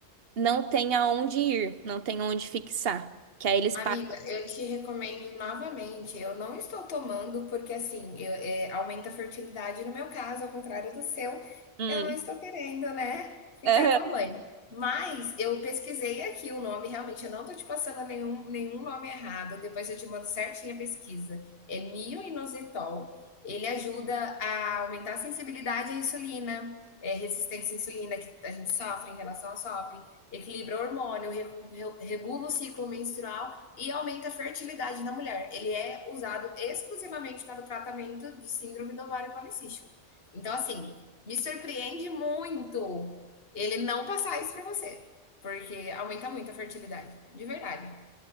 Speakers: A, on the right; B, on the left.
A: não tenha onde ir, não tenha onde fixar. Que aí eles
B: Amiga,
A: param.
B: eu te recomendo novamente. Eu não estou tomando porque, assim, eu- é, aumenta a fertilidade. No meu caso, ao contrário do seu,
A: Hum,
B: eu não estou querendo, né, ficar
A: aham.
B: mamãe. Mas eu pesquisei aqui o nome, realmente, eu não estou te passando nenhum, nenhum nome errado. Depois eu te mando certinho a pesquisa. É mioinositol. Ele ajuda a aumentar a sensibilidade à insulina, é, resistência à insulina que a gente sofre em relação à SOP, equilibra o hormônio, recu- re- regula o ciclo menstrual e aumenta a fertilidade da mulher. Ele é usado exclusivamente para o tratamento de síndrome do ovário policístico. Então, assim, me surpreende muito ele não passar isso para você, porque aumenta muito a fertilidade, de verdade.